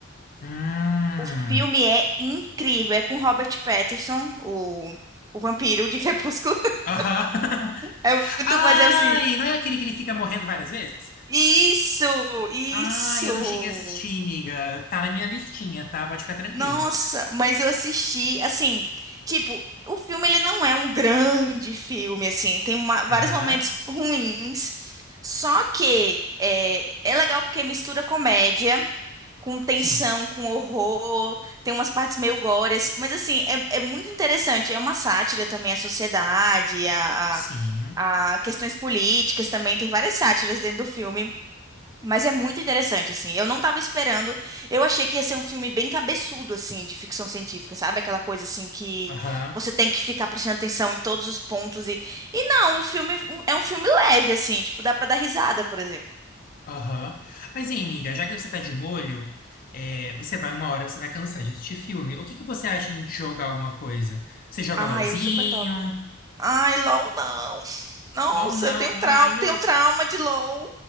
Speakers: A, on the left; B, on the right.
A: Hum.
B: O filme é incrível. É com Robert Pattinson, o, o vampiro de Crepúsculo. <laughs>
A: Aham. <laughs>
B: É muito,
A: Ai,
B: mas é assim.
A: não é aquele que ele fica morrendo várias vezes?
B: Isso, isso.
A: Ai, eu não cheguei a assistir, miga. Tá na minha listinha, tá? Pode ficar tranquila.
B: Nossa, mas eu assisti, assim, tipo, o filme ele não é um grande filme, assim, tem uma- vários
A: Aham.
B: momentos ruins, só que é, é legal porque mistura comédia com tensão,
A: Sim.
B: com horror, tem umas partes meio gore, assim, mas assim, é, é muito interessante, é uma sátira também à sociedade, a,
A: Sim.
B: a a questões políticas também, tem várias sátiras dentro do filme. Mas é muito interessante, assim. Eu não tava esperando. Eu achei que ia ser um filme bem cabeçudo, assim, de ficção científica, sabe? Aquela coisa, assim, que
A: Aham.
B: você tem que ficar prestando atenção em todos os pontos. E, e não, o filme um, é um filme leve, assim. Tipo, dá pra dar risada, por exemplo.
A: Aham. Mas, hein, miga, já que você tá de molho, é, você vai, uma hora você vai cansar de assistir filme. O que que você acha em jogar alguma coisa? Você joga
B: Ai,
A: LOLzinho?
B: eu super top. Ai, LOL, não. Nossa,
A: LOL não.
B: eu tenho trauma,
A: Ah, eu.
B: tenho trauma de LOL.